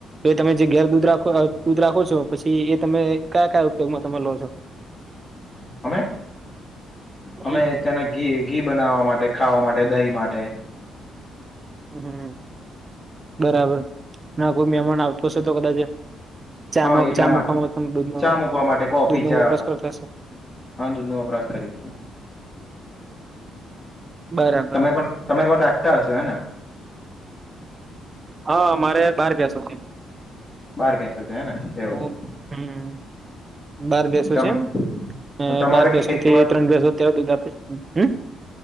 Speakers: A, on the right; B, on the left.
A: તો તમે જે ઘેર દૂધ રાખો દૂધ રાખો છો પછી એ તમે કયા કયા ઉપયોગમાં તમે લો છો
B: અમે
A: હમ
B: અમે તેના ઘી ઘી બનાવવા માટે ખાવા માટે દહી માટે
A: હમ બરાબર ના કોઈ મહેમાન આવતો હશે તો કદાચ. ચામા
B: હા એટલા
A: ચા મુકવામાં
B: માટે
A: તમ દૂધ ન
B: ચા મૂકવા માટે કોફી
A: દૂધ નો
B: ચા
A: વપરાશ કરતાશે.
B: હા દૂધ નો વપરાશ કરીએ છીએ.
A: બરાબર
B: તમે પણ તમે પણ રાખતા હશો ને.
A: હા મારે બાર ભૈસો છે.
B: બાર ભૈસો છે હે ને એવું
A: હું
B: એવું.
A: હમ બાર ભૈસો
B: તમે
A: છે એમ. અ
B: તમારે
A: બાર
B: ખેતીમાં
A: ભૈસો થી ત્રણ ભૈસો દિવસ અત્યારે દૂધ આપી છે હ